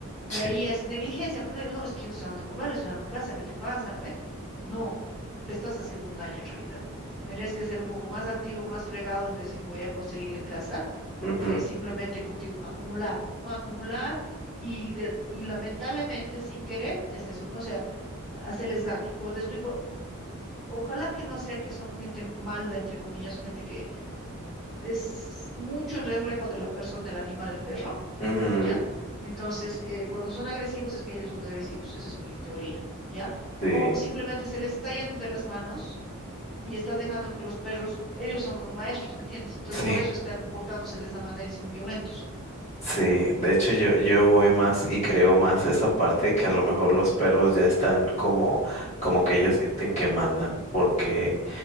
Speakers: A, in the centre; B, on the left.
A: Y
B: sí,
A: ahí es negligencia, aunque no digo, no, es que yo le estoy dando de comer, le estoy dando casa, ¿qué te pasa? ¿No ve? No, le estás haciendo un daño en realidad. Tendrías que ser un poco más activo, más fregado en decir voy a conseguirle casa,
B: ujú,
A: que simplemente, como te digo, acumular, ¿no? Acumular y, de- y lamentablemente sin querer es eso, ¿no? O sea, hacerles daño. Como te explico, ojalá que no sea que son gente mala, entre comillas, o gente que es mucho el reflejo de la persona, el animal, el perro
B: ujú,
A: ¿ya? Entonces, eh, cuando son agresivos es que ellos son agresivos, esa es mi teoría, ¿ya?
B: sí,
A: O simplemente se les está yendo de las manos y están dejando que los perros, ellos son los maestros, ¿me entiendes? Entonces,
B: sí,
A: por eso están portándose de esa manera y son violentos.
B: Sí, de hecho yo, yo voy más y creo más esa parte que a lo mejor los perros ya están como, como que ellos sienten que mandan, porque